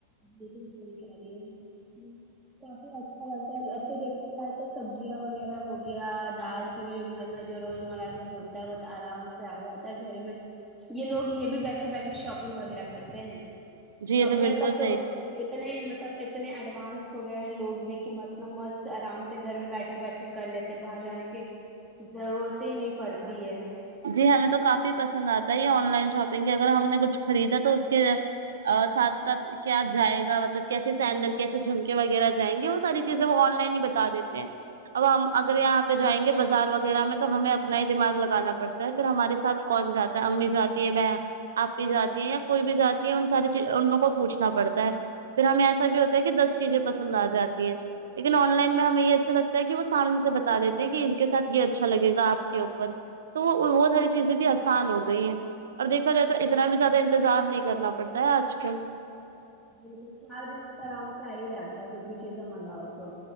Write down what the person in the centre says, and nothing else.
بلکل صحیح کہہ رہی ہے آپ
کافی اچھا لگتا ہے اب تو دیکھا جائے تو سبزیاں وغیرہ ہو گیا دال گھر میں جو روزمرہ کے ہوتا ہے وہ تو آرام سے آ جاتا ہے گھر میں یہ لوگ یہ بھی بیٹھے بیٹھے شاپنگ وغیرہ کرتے ہیں
کپڑے
تب
تو اتنے مت سب اتنے ایڈوانس ہو گئے ہیں لوگ بھی کہ مست نہ مست آرام سے گھر میں بیٹھے بیٹھے کر لیتے باہر جانے کی ضرورت ہی نہیں پڑتی ہے
بالکل چار دن میں تو آرام سے آ ہی جاتا ہے کچھ بھی چیزیں منگاؤ تو